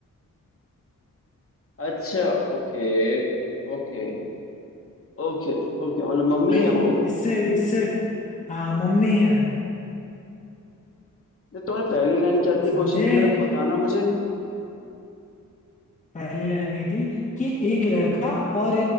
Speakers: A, on the left; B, on the left.
A: अच्छा ओके ओके ओके ओके मतलब मम्मी
B: भाई
A: है वो
B: इससे इससे हाँ मम्मी है
A: ये तुम्हारे पहली लाइन क्या थी
B: समझे
A: क्वेश्चन की तरफ बताना मुझे
B: पहली लाइन ये थी कि एक लड़का और